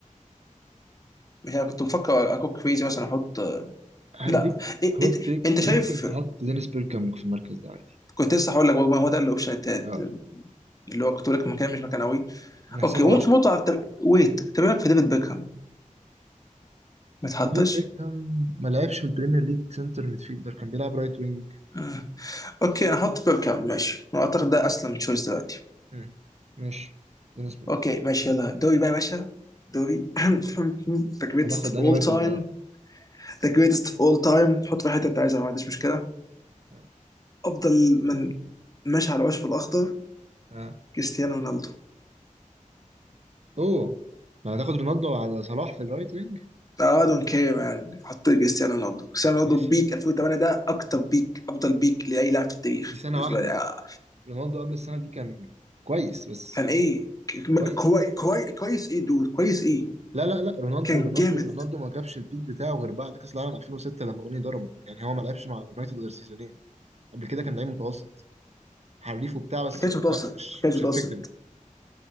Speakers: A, on the left (about 25°); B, on the right (about 55°).
A: مش عارف، كنت بفكر اكون كريزي مثلا احط
B: هديك
A: لا إيه
B: هوت
A: إيه
B: تيك
A: انت
B: ممكن
A: شايف
B: تحط دينيس بيركامك في المركز ده عادي
A: كنت لسه هقول لك برضه ما هو ده الاوبشن التالت
B: اه
A: اللي هو كنت بقول لك مكان مش مكان قوي
B: نحسبه
A: اوكي وممكن
B: 10
A: برضه على- طب ويت طب إيه رايك في ديفيد بيكهام ما تحطش
B: ديفيد بيكهام ما لعبش في البريمير ليج سنتر ميدفيلدر كان بيلعب رايت وينج
A: آه. اوكي انا احط بيركام ماشي اعتقد ده اسلم تشويس دلوقتي
B: مم. ماشي بالنسبة لي
A: اوكي ماشي يلا دوري بقى يا باشا دوري <laughs> <clears throat> the greatest
B: هناخد
A: of
B: أنهي
A: all
B: مركز
A: time
B: الأول
A: the greatest of all time حط في الحته اللي انت عايزها ما عنديش مشكله
B: آه.
A: افضل من ماشي على العشب الاخضر
B: آه.
A: كريستيانو رونالدو
B: اوه ما هتاخد رونالدو على صلاح في الرايت وينج
A: I don't care man حط كريستيانو رونالدو كريستيانو رونالدو
B: ماشي
A: بيك 2008 ده اكتر بيك افضل بيك لاي لاعب في التاريخ
B: بس دي سنة
A: بالنسبه
B: واحدة
A: لي آه.
B: رونالدو قبل السنة دي كان كويس بس
A: كان ايه
B: كويس
A: كوي... كوي... كويس ايه دول كويس ايه
B: لا لا لا رونالدو
A: كان
B: رونالدو
A: جامد
B: رونالدو ما جابش البيك بتاعه غير بعد كأس العالم 2006 لما روني ضربه يعني هو ما لعبش مع اليونايتد غير سيزونين قبل كده كان لعيب متوسط حريف وبتاع بس
A: ما كانش
B: آه،
A: متوسط
B: لا مش
A: ما كانش
B: مش
A: متوسط
B: افكتيف